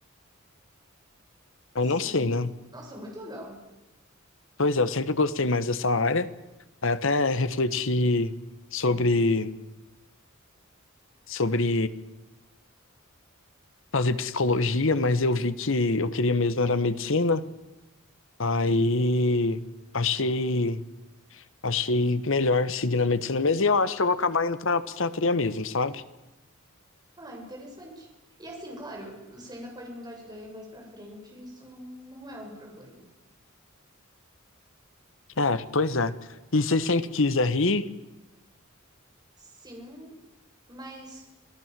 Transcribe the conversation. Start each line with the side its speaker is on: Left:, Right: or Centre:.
Left: Aí
Right: Sim.
Left: não sei, né?
Right: Nossa, muito legal.
Left: Pois é, eu sempre gostei mais dessa área. Aí até refleti sobre, sobre fazer psicologia, mas eu vi que eu queria mesmo era medicina. Aí achei, achei melhor seguir na medicina mesmo. E eu acho que eu vou acabar indo pra psiquiatria mesmo, sabe?
Right: Ah, interessante. E assim, claro, você ainda pode mudar de ideia mais pra frente, isso não, não é um problema.
Left: É, pois é. E você sempre quis rir?
Right: Sim, mas,